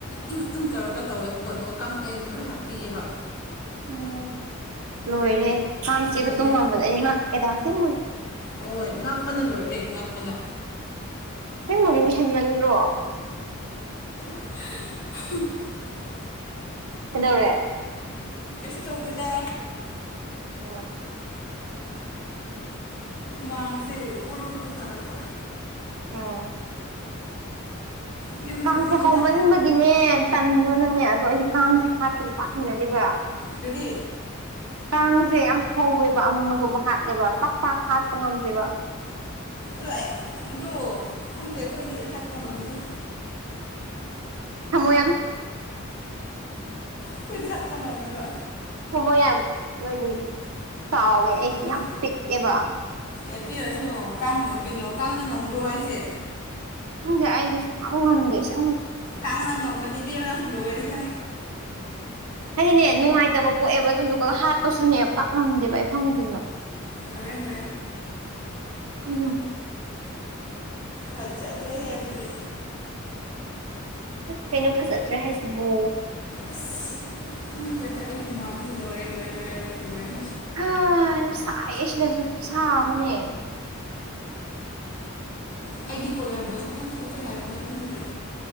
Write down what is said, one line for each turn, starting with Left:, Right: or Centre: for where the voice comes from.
Left: ꯏꯪ ꯏꯪ ꯇꯧꯔꯒ ꯇꯧꯋꯦꯕꯀꯣ ꯑꯗꯨꯒ ꯀꯉꯛꯑꯦ ꯂꯣꯏ ꯍꯥꯞꯄꯤꯑ‌ꯦꯕꯥ
Right: ꯎꯝ ꯂꯣꯏꯔꯦ ꯀꯥꯡ ꯆꯦꯒ
Left: ꯑꯗꯨꯅꯦ
Right: ꯇꯣꯡꯉꯝꯕꯗ ꯑꯩ ꯉꯍꯥꯛ ꯑꯦꯗꯥꯣꯏ
Left: ꯍꯣꯏ ꯉꯛꯄꯅ ꯂꯣꯏꯔꯦ ꯉꯛꯄꯅ
Right: ꯍ‌ꯦꯟꯃꯟꯃꯟꯗꯔꯣ
Left: <unintelligible>
Right: ꯍꯗꯧꯔꯦ
Left: ꯀꯩꯁꯨ ꯇꯧꯗꯗ
Right: ꯑꯣꯝ
Left: ꯃꯥꯥꯡꯁꯦ ꯎꯔ ꯎꯔ ꯇꯔꯛꯄ
Right: ꯑꯥ
Left: ꯌꯨꯝ
Right: ꯀꯥꯡꯁꯦ
Left: ꯊꯣꯛꯅꯤꯡꯉꯤꯗ
Right: ꯍꯧꯃꯟꯕꯒꯤꯅꯦ ꯇꯟꯕꯅꯅꯦ ꯑꯗꯣ ꯑꯩꯗꯤ ꯀꯥꯡꯁꯦ ꯍꯥꯠꯄꯒꯤ ꯄꯥꯛꯃꯤꯟꯅꯗꯕ꯭ꯔꯥ
Left: ꯄꯤꯔꯤ
Right: ꯀꯥꯡꯁꯦ ꯌꯥꯝ ꯍꯧꯋꯦꯕ ꯑꯃꯨ ꯑꯒꯨꯝꯕ ꯍꯥꯠꯂꯦꯕ ꯄꯥꯛ ꯄꯥꯛ ꯍꯥꯠꯄ ꯉꯝꯗ꯭ꯔꯦꯕ
Left: ꯑꯣ ꯑꯩ ꯑꯗꯨ ꯈꯪꯗꯦ ꯑꯩꯈꯣꯏꯗꯤ ꯍꯥꯠꯄ ꯉꯝꯃꯤꯗ
Right: ꯊꯣꯏ
Left: ꯀꯣꯏꯗꯥꯛ ꯄ ꯉꯃꯦꯕ
Right: ꯊꯃꯣꯏ ꯌꯥꯝꯣꯏꯗꯤ ꯆꯥꯎꯋꯦ ꯑꯩꯗꯤ
Left: ꯈꯪꯗꯦ
Right: ꯌꯥꯝ ꯄꯤꯛꯑꯦꯕ
Left: ꯑꯦ ꯄꯤꯔꯁꯨꯕꯒꯤꯅꯣ ꯀꯥꯡꯅ ꯉꯝꯕ꯭ꯔꯣ ꯑꯩꯁꯦ
Right: ꯍꯪꯗꯦ ꯑꯩꯗꯤ ꯁꯨꯝꯍꯪꯗꯦ ꯁ
Left: ꯇꯥꯡꯉ ꯅ ꯉꯝꯕꯗꯤꯕꯕꯅꯥꯁꯨꯜꯨꯣ ꯑꯣꯏꯔꯦꯁꯦ
Right: ꯍꯥꯏꯗꯤꯅꯦ ꯅꯨꯡꯉꯥꯏꯇꯕ ꯄꯣꯛꯑꯦꯕ ꯑꯗꯨꯝꯗꯨꯒ ꯍꯥꯠꯄꯁꯨꯅꯦ ꯄꯥꯛꯂꯝꯝꯗꯦꯕ ꯑꯩ ꯈꯪꯗꯕ
Left: ꯅꯣꯏ ꯅ
Right: ꯎꯝ
Left: ꯍꯖꯗ꯭ꯔꯦ ꯍꯦꯜꯂꯤ
Right: ꯀꯩꯅꯣ ꯐꯖꯠꯇ꯭ꯔꯦ ꯍꯥꯏꯁꯤꯕꯨ
Left: ꯑꯁ ꯈꯪꯗꯦꯗꯤ ꯑꯩ ꯍꯃꯥꯡꯗꯦ ꯂꯣꯏꯔꯦ ꯂꯣꯏꯔꯦ ꯂꯣꯏꯦ ꯂꯣꯏꯔꯦ ꯂꯣꯏꯔꯦ
Right: ꯑ ꯌꯥꯝ ꯆꯥꯏ ꯑꯁꯦꯖ ꯈꯨ ꯁꯥꯥ ꯃꯅꯦ
Left: ꯑꯩꯒꯤ ꯀꯣꯂ ꯔꯕꯣꯁ ꯀꯩꯝ ꯊꯣꯛꯇ꯭ꯔꯦ ꯍꯥꯏꯕꯅꯣ ꯑꯩꯃꯟꯕꯤꯕꯤ